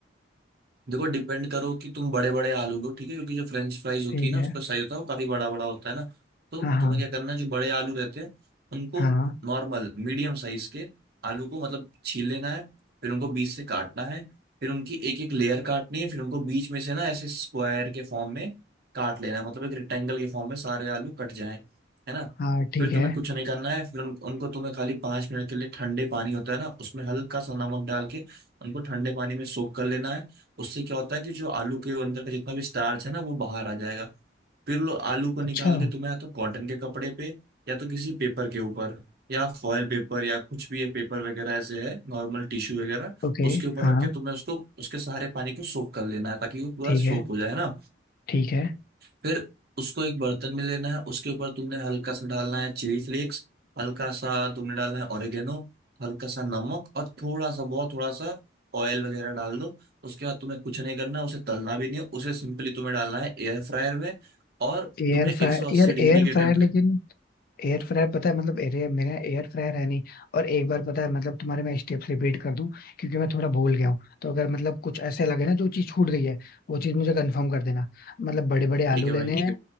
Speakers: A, on the right; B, on the left.
A: देखो डिपेंड करो कि तुम बड़े बड़े आलू लो ठीक है क्योंकि जो फ्रेंच फ्राइज होती
B: ठीक
A: है ना
B: है
A: उसका साइज होता है वो काफी बड़ा बड़ा होता है ना तो
B: हाँ
A: तुम्हें
B: हाँ
A: क्या करना है जो बड़े आलू रहते हैं उनको
B: हाँ
A: नॉर्मल मीडियम साइज के आलू को मतलब छील लेना है फिर उनको बीच से काटना है फिर उनकी एक एक लेयर काटनी है फिर उनको बीच में से ना ऐसे स्क्वायर के फॉर्म में काट लेना है मतलब एक रेक्टेंगल के फॉर्म में सारे आलू कट जाए है ना
B: हाँ ठीक
A: फिर तुम्हें
B: है
A: कुछ नहीं करना है फिर उन, उनको तुम्हें खाली पांच मिनट के लिए ठंडे पानी होता है ना उसमें हल्का सा नमक डाल के उनको ठंडे पानी में सोक कर लेना है उससे क्या होता है कि जो आलू के अंदर का जितना भी स्टार्च है ना वो बाहर आ जाएगा फिर लो आलू को निकाल
B: अच्छा
A: के तुम्हें या तो कॉटन के कपड़े पे या तो किसी पेपर के ऊपर या फॉयल पेपर या कुछ भी ये पेपर वगैरह ऐसे है नॉर्मल टिश्यू वगैरह
B: ओके
A: उसके ऊपर
B: हाँ
A: रख के तुम्हें उसको उसके सारे पानी को सोक कर लेना है ताकि वो पूरा
B: ठीक
A: सोक
B: है
A: हो जाए ना
B: ठीक है
A: फिर उसको एक बर्तन में लेना है उसके ऊपर तुमने हल्का सा डालना है चिली फ्लेक्स हल्का सा तुमने डालना है ऑरिगेनो हल्का सा नमक और थोड़ा सा बहुत थोड़ा सा ऑयल वगैरह डाल दो उसके बाद तुम्हें कुछ नहीं करना है उसे तलना भी नहीं है उसे सिंपली तुम्हें डालना है एयर फ्रायर में और
B: एयर
A: तुम्हें 180
B: फ्रायर यार
A: डिग्री
B: एयर
A: के
B: फ्रायर
A: टेम्परेचर
B: लेकिन एयर फ्रायर पता है मतलब एरे मेरा एयर फ्रायर है नहीं और एक बार पता है मतलब तुम्हारे मैं स्टेप्स रिपीट कर दूं क्योंकि मैं थोड़ा भूल गया हूँ तो अगर मतलब कुछ ऐसे लगे ना जो चीज छूट गई है वो चीज मुझे कंफर्म कर देना मतलब बड़े बड़े
A: ठीक
B: आलू
A: है
B: लेने
A: भाई
B: ठीक हैं है